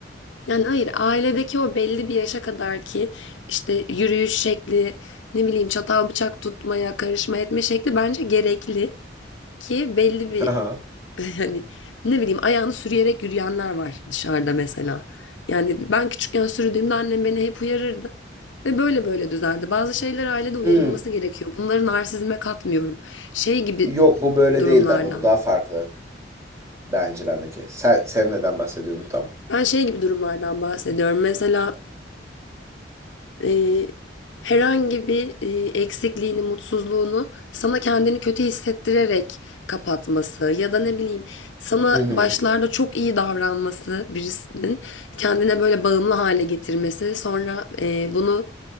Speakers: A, on the left; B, on the right.
A: Yani hayır ailedeki o belli bir yaşa kadar ki işte yürüyüş şekli ne bileyim çatal bıçak tutmaya karışma etme şekli bence gerekli ki belli bir
B: Aha.
A: Hani ne bileyim ayağını sürüyerek yürüyenler var dışarıda mesela. Yani ben küçükken sürdüğümde annem beni hep uyarırdı. Ve böyle böyle düzeldi. Bazı şeyler ailede uyarılması
B: Hmm.
A: gerekiyor. Bunları narsizme katmıyorum. Şey gibi
B: Yok bu böyle
A: durumlardan.
B: değildi ama bu daha farklı bence bendeki. Sen, sen neden bahsediyordun tam?
A: Ben şey gibi durumlardan bahsediyorum. Mesela e, herhangi bir e, eksikliğini, mutsuzluğunu sana kendini kötü hissettirerek kapatması ya da ne bileyim sana
B: Hı hı.
A: başlarda çok iyi davranması birisinin kendine böyle bağımlı hale getirmesi sonra e, bunu